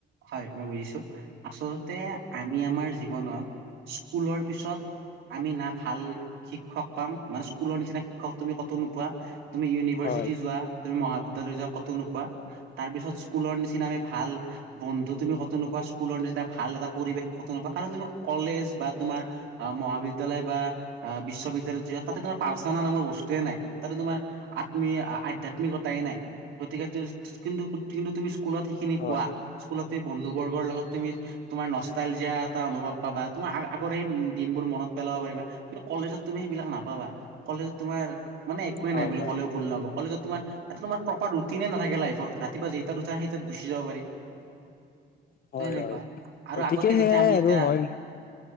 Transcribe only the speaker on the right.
হয় মই বুজিছোঁ। আচলতে আমি আমাৰ জীৱনত স্কুলৰ পিছত আমি না ভাল শিক্ষক পাম মানে স্কুলৰ নিচিনা শিক্ষক তুমি ক'তো নোপোৱা তুমি ইউনিভাৰ্চিটি
যোৱা, তুমি মহাবিদ্যালয় যোৱা ক'তো নোপোৱা। তাৰ পিছত স্কুলৰ নিচিনা আমি ভাল বন্ধু তুমি ক'তো নোপোৱা, স্কুলৰ নিচিনা ভাল এটা পৰিৱেশ তোমাৰপা কাৰনিবা কলেজ বা তোমাৰ মহাবিদ্যালয় বা বিশ্ববিদ্যালয়ত যি তাতে তোমাৰ পাৰ্চনা নামৰ বস্তুয়ে নাই। তাতে তোমাৰ আত্ম আধ্যাত্মিকতাই নাই গতিকে টো কিন্তু কিন্তু তুমি স্কুলত সেইখিনি
পোৱা। স্কুলত বন্ধু বৰ্গৰ লগত তুমি তোমাৰ নষ্টালজিয়া এটা অনুভৱ পাবা। তোমাৰ আগৰ দিনবোৰ মনত পেলাব পাৰিবা কিন্তু কলেজত তুমি সেইবিলাক নাপাবা কলেজত তোমাৰ মানে একোৱে
নাই বুলি
কলে ভুল নহ'ব, কলেজত তোমাৰাৰ প্ৰপাৰ ৰুটিনে নথাকে লাইফ ফৰ, ৰাতিপুৱা জেইটাত উঠা সেইটাত গুচি যাব পাৰি।
ত' সেনেকুৱা
আৰু
আগতে যেতিয়া
আমি যেতিয়া